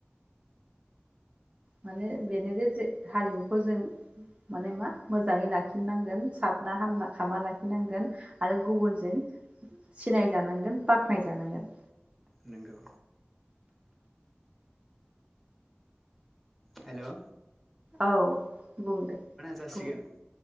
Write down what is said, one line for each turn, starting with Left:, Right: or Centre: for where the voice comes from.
Right: माने बेनो दे जे हारिमुखौ जों माने मा मोजाङै लाखिनांगोन साबना हामना खामा लाखिनांगोन आरो गुबुनजों सिनायजानांगोन बाख्नायजानांगोन
Centre: नंगौ हेलौ
Right: औ बुं दे
Centre: जासिगोन
Right: बुं